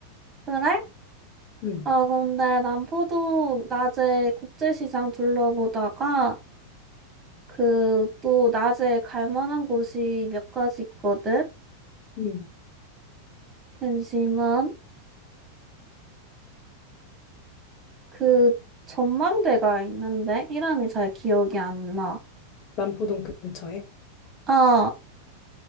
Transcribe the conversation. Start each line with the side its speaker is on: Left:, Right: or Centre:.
Right: 그래?
Left: 응,
Right: 어, 근데 남포동 낮에 국제시장 둘러보다가 그 또 낮에 갈 만한 곳이 몇 가지 있거든.
Left: 응.
Right: 잠시만. 그 전망대가 있는데 이름이 잘 기억이 안 나.
Left: 남포동 근처에.
Right: 아,